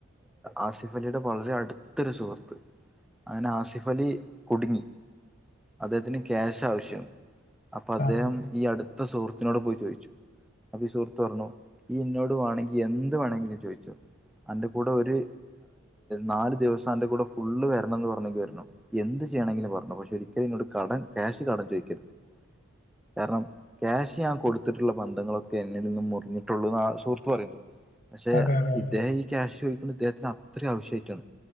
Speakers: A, in the centre; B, on the left.
A: ആസിഫലിയുടെ വളരെ അടുത്തൊരു സുഹൃത്ത് അങ്ങനെ ആസിഫലി കുടുങ്ങി അദ്ദേഹത്തിന് ക്യാശ ആവശ്യ അപ്പൊ അദ്ദേഹം
B: ആ
A: ഈ അടുത്ത സുഹൃത്തിനോട് പോയി ചോയിച്ചു അപ്പൊ സുഹൃത്ത് പറഞ്ഞു ഈ ഇന്നോട് വേണെങ്കി എന്ത് വേണങ്കിലും ചോയിച്ചോ അന്റെ കൂടെ ഒരു നാല് ദിവസം അന്റെ കൂടെ ഫുള്ള് വരണംന്ന് പറഞ്ഞെങ്കി വരണം എന്ത് ചെയ്യണങ്കിലും പറഞ്ഞോ പക്ഷെ ഒരിക്കലും ഇന്നോട് കടൻ കാഷ് കടം ചോയിക്കരുത് കാരണം ക്യാഷ് ഞാൻ കൊടുത്തിട്ടുള്ള ബന്ധങ്ങളൊക്കെ എന്നിൽ നിന്നും മുറിഞ്ഞിട്ടുള്ളൂ എന്ന സുഹൃത്ത് പറയണ്ട് പക്ഷെ
B: അതെ അതെ
A: ഇദ്ദേഹം ഈ ക്യാഷ് ചോയിക്കണത് ഇദ്ദേഹത്തിന് അത്രയും ആവശ്യായിട്ടാണ്